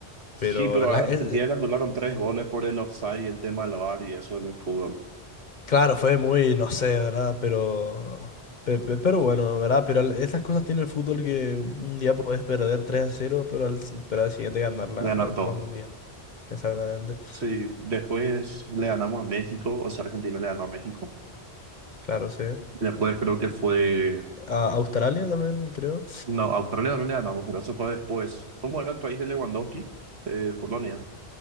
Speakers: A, on the right; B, on the left.
A: Sí,
B: Pero,
A: pero
B: la-
A: a
B: es-
A: Argentina le anularon tres goles por el offside y el tema del VAR y eso en el fútbol.
B: claro, fue muy, no sé, ¿verdad? Pero, pe- pe- pero bueno, ¿verdad? Pero al- esas cosas tiene el fútbol que un día puedes perder 3 a cero, pero al, pero al siguiente ganar la,
A: Ganar
B: la
A: todo.
B: Copa Mundial. Exactamente.
A: Sí, después le ganamos a México, o sea, Argentina le ganó a México.
B: Claro, sí.
A: Después creo que fue
B: A Australia también, creo.
A: No, Australia también le ganamos, pero eso fue después. ¿Cómo era el país de Lewandowski? Eh, Polonia.